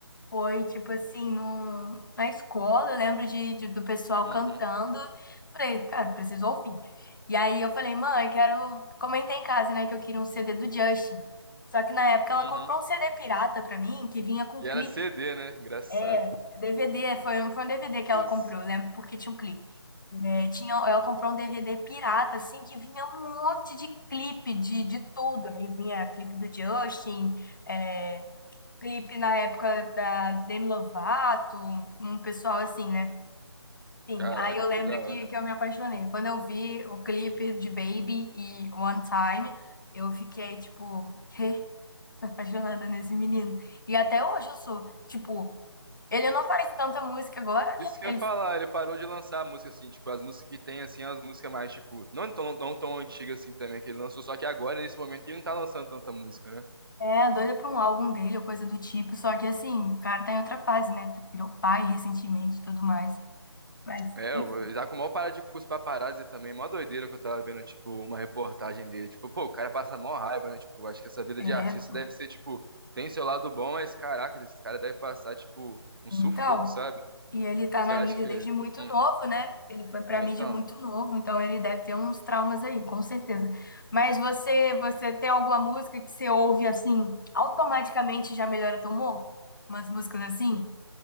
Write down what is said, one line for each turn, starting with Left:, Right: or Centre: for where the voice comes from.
Left: Foi, tipo assim, num, na escola, eu lembro de, de- do pessoal
Right: Uhum,
Left: cantando. Falei, cara, preciso ouvir. E aí eu falei, mãe, quero. Comentei em casa, né, que eu queria um CD do Justin. Só que na época
Right: uhum.
Left: ela comprou um CD pirata pra mim, que vinha com
Right: E
Left: clipe.
Right: era CD, né? Engraçado.
Left: É, DVD, foi, um- foi um DVD que ela
Right: Isso.
Left: comprou, eu lembro, porque tinha um clipe. É,
Right: Hum,
Left: tinha, ela comprou um DVD pirata, assim, que vinha um monte de clipe de, de tudo. Aí vinha clipe do Justin. é, clipe na época da Demi Lovato, um pessoal assim, né? Enfim,
Right: Caraca,
Left: aí eu
Right: que
Left: lembro
Right: da
Left: que,
Right: hora.
Left: que eu me apaixonei. Quando eu vi o clipe de Baby e One Time, eu fiquei, tipo, <laughs> "Quê? Tô apaixonada nesse menino. E até hoje eu sou, tipo, ele não faz tanta música agora, né?
Right: Isso que
Left: Ele
Right: eu ia falar, ele parou de lançar música, assim, tipo, as músicas que tem, assim, as músicas mais, tipo, não tão, não tão antigas, assim, também, que ele lançou, só que agora, nesse momento, ele não tá lançando tanta música, né?
Left: é doida pra um álbum dele ou coisa do tipo, só que assim, o cara tá em outra fase, né? Tá- Virou pai recentemente e tudo mais. Mas,
Right: É,
Left: enfim,
Right: o Isaac mal para de curso paparazzi também, mó doideira que eu tava vendo, tipo, uma reportagem dele. Tipo, pô, o cara passa mó raiva, né? Tipo, acho que essa vida
Left: é.
Right: de artista deve ser, tipo, tem seu lado bom, mas caraca, esse cara deve passar, tipo, um
Left: Então.
Right: sufoco, sabe?
Left: E ele tá
Right: Você
Left: na
Right: acha
Left: mídia
Right: que.
Left: desde muito
Right: Hum,
Left: novo, né? Ele foi pra
Right: é,
Left: mídia
Right: então.
Left: muito novo, então ele deve ter uns traumas aí, com certeza. Mas você, você tem alguma música que você ouve assim, automaticamente já melhora teu humor? Umas músicas assim?